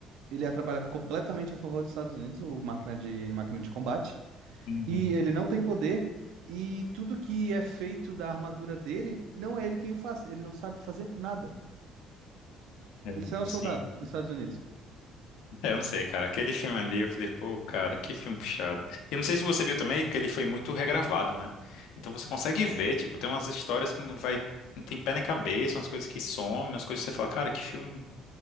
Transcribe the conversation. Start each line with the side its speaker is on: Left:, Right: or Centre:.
Right: Ele é- trabalha completamente a favor dos Estados Unidos, o máquina de, máquina de combate.
Left: Uhum.
Right: E ele não tem poder. E tudo que é feito da armadura dele, não é ele quem faz. Ele não sabe fazer nada.
Left: É, eu
Right: Ele só
Left: fico
Right: é um
Left: assim.
Right: soldado dos Estados Unidos.
Left: É, eu não sei, cara. Aquele filme ali, eu falei, pô, cara, que filme puxado. E eu não sei se você viu também que ele foi muito regravado, né? Então você consegue ver, tipo, tem umas histórias que não vai, não tem pé nem cabeça, umas coisas que somem, umas coisas que você fala, cara, que filme